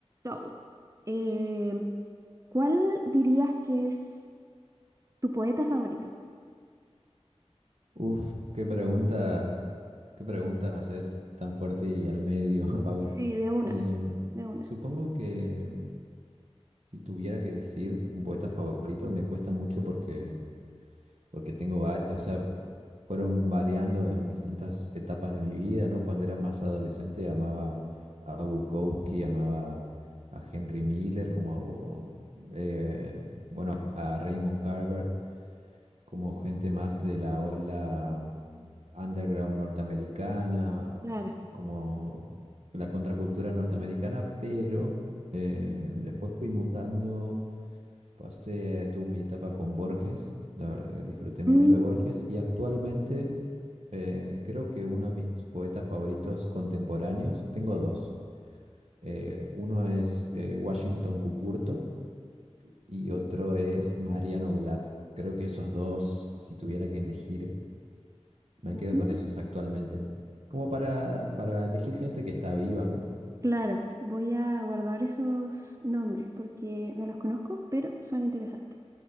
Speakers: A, on the right (about 30°); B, on the right (about 75°).
A: So, eh, ¿cuál dirías que es tu poeta favorito?
B: Uf, qué pregunta, qué pregunta me haces tan fuerte y al medio, <laughs> Paula.
A: Sí, de una,
B: Em,
A: de una,
B: supongo que si tuviera que decir un poeta favorito, me cuesta mucho porque, porque tengo varios, o sea, fueron variando en distintas etapas de mi vida, ¿no? Cuando era más adolescente amaba a Bukowski, amaba a Henry Miller, como, eh, bueno, a Raymond Carver como gente más de la ola underground norteamericana,
A: claro.
B: como la contracultura norteamericana, pero eh, después fui mutando, pasé, eh, tuve mi etapa con Borges, la ver- eh, disfruté mucho
A: Mm,
B: de Borges y actualmente eh, creo que uno de mis poetas favoritos contemporáneos, tengo dos. Eh, uno es eh, Washington Cucurto y otro es Mariano Blatt. Creo que esos dos, si tuviera que elegir, me
A: mm,
B: quedo con esos actualmente. Como para, para elegir gente que está viva, ¿no?
A: Claro, voy a guardar esos nombres porque no los conozco, pero son interesantes.